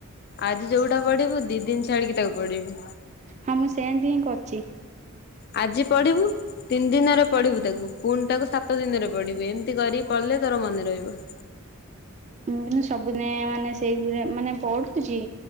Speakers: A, on the left; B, on the right.
A: ଆଜି ଯୋଉଟା ପଢିବୁ ଦି ଦିନ ଛାଡିକି ତାକୁ ପଢିବୁ।
B: ହଁ ମୁଁ ସେନ୍ତି ହିଁ କରୁଛି।
A: ଆଜି ପଢିବୁ ତିନି ଦିନରେ ପଢିବୁ ତାକୁ ପୁଣି ତାକୁ ସାତ ଦିନରେ ପଢିବୁ ଏମିତି କରିକି ପଢିଲେ ତୋର ମନେ ରହିବ।
B: ଉଁ କିନ୍ତୁ ସବୁଦିନେ ମାନେ ସେଇ ଗୁରା ମାନେ ପଢୁଛି